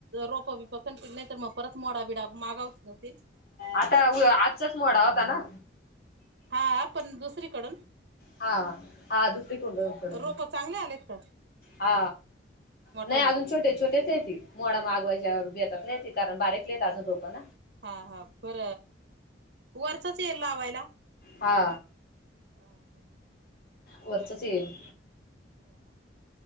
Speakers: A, on the right (about 65°); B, on the left (about 50°).
A: रोप बप नाही तर मग परत मोडा बिडा मागावततील.
B: आता आजचाच मोडा होता ना?
A: हा पण दुसरीकडून.
B: हा हा दुसरी को कड.
A: रोप चांगले आलेत का?
B: हा
A: मोठाले
B: नाही अजून छोटे छोटेच हायती. मोडा मागवायच्या बेतात नाही ती कारण बारीक येत अजून तो पण
A: हा हा ब वरचाच येईल ला लावायला.
B: हा
A: हा हा
B: वरचच येईल.
A: हो ना?